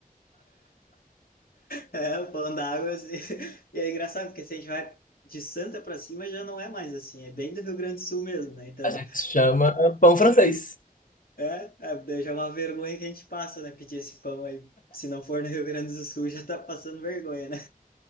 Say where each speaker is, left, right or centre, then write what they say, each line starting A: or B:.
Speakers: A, on the left; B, on the left.
A: É, falando da água, assim, <laughs> e é engraçado, porque se a gente vai de Santa para cima, já não é mais assim, é bem do Rio Grande do Sul mesmo, né? Então,
B: A gente chama pão francês.
A: é, é, daí já é uma vergonha que a gente passa, né? Pedir esse pão aí. Se não for no Rio Grande do Sul, <laughs> já tá passando vergonha, né?